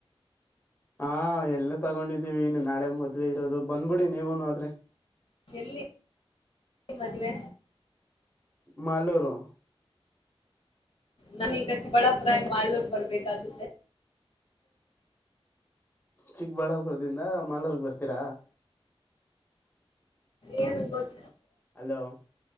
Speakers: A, on the left; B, on the left.
A: ಹಾ ಎಲ್ಲ ತಗೊಂಡಿದ್ದೀವಿ ಇನ್ನು ನಾಳೆ ಮದವೆ ಇರೋದು ಬಂದ್ಬಿಡಿ ನೀವುನು ಆದ್ರೆ
B: ಎಲ್ಲಿ ಮದ್ವೆ
A: ಮಾಲೂರು
B: ನಾನೀಗ ಚಿಕ್ಕಬಳ್ಳಾಪುರ ಇಂದ ಮಾಲೂರ್ ಬರ್ಬೇಕಾಗುತ್ತೆ
A: ಚಿಕ್ಕಬಳ್ಳಾಪುರದಿಂದ ಮಾಲೂರುಗ್ ಬರ್ತೀರಾ
B: ಏನ್ ಗೊತ್ತ
A: ಹಲೋ